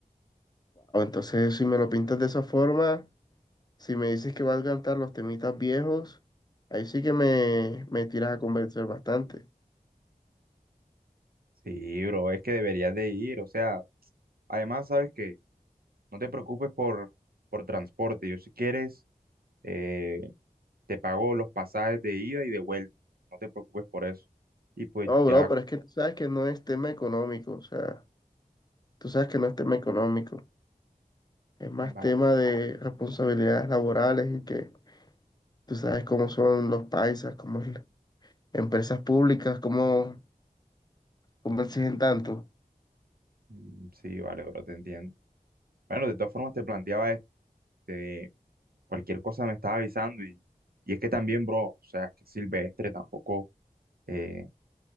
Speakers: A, on the left (about 25°); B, on the right (about 80°).
A: O entonces, si me lo pintas de esa forma, si me dices que vas a cantar los temitas viejos, ahí sí que me, me tiras a convencer bastante.
B: Sí, bro, es que deberías de ir. O sea, además, sabes que no te preocupes por, por transporte. Yo si quieres, eh, te pago los pasajes de ida y de vuelta. No te preocupes por eso. Y pues
A: No, bro,
B: ya
A: pero es que tú sabes que no es tema económico, o sea, tú sabes que no es tema económico, es más
B: va.
A: tema de responsabilidades laborales y que tú sabes cómo son los paisas, cómo es la- empresas públicas, cómo, cómo exigen tanto.
B: Mm, Sí, vale, bro, te entiendo. Bueno, de todas formas te planteaba este, cualquier cosa me estaba avisando y, y es que también, bro, o sea, es que Silvestre tampoco eh,